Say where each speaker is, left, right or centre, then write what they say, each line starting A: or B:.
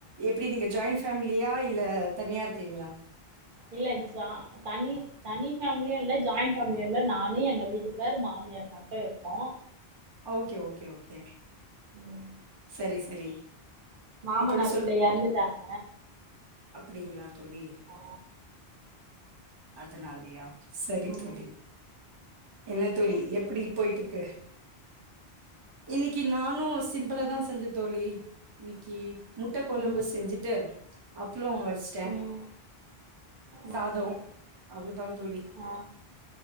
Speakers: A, on the right; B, on the right.
A: எப்டி நீங்க ஜாயிண்ட் ஃபேமிலியா இல்ல தனியா இருக்கீங்ளா?
B: இல்ல ஜா தனி தனி ஃபேமிலியு இல்ல ஜாயிண்ட் பேமிலியு இல்ல நானு எங்க வீட்டுக்கார் மாமியார் மட்டு இருக்கோ
A: ஓகே ஓகே ஓகே
B: ம்
A: சரி சரி
B: மாமனார்
A: அப்படி
B: இல்ல எறந்துட்டாங்க
A: அப்டிங்ளா தோழி
B: ஆ
A: அதுனாலயா சரி
B: ம்
A: தோழி என்ன தோழி எப்பிடி போயிட்டுக்கு? இன்னக்கி நானு சிம் இ்வ்ளதா செஞ்சு தோழி இன்னிக்கி முட்ட கொழம்பு
B: ம்
A: செஞ்சுட்டு அப் தலம் வரிச்சிட்டே
B: ம் ம்
A: சாதம் அவ்ளவுதா தோழி
B: ஆ